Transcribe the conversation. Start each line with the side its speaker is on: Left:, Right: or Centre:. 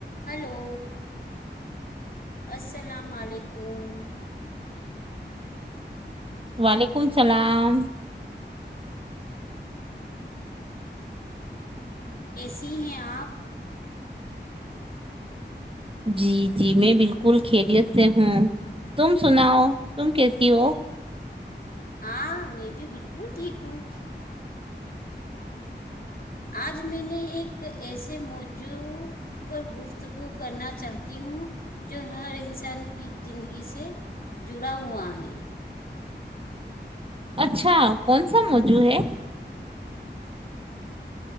Left: ہلو السلام علیکم
Right: وعلیکم اللام
Left: کیسی ہیں آپ
Right: جی جی میں بالکل خیریت سے ہوں تم سناؤ تم کیسی ہو
Left: ہاں میں بھی بالکل ٹھیک ہوں آج میں نے ایک ایسے موضوع پر گفت گفتگو کرنا چاہتی ہوں جو ہر انسان کی زندگی سے جڑا ہوا ہے
Right: اچھا کون سا موجو ہے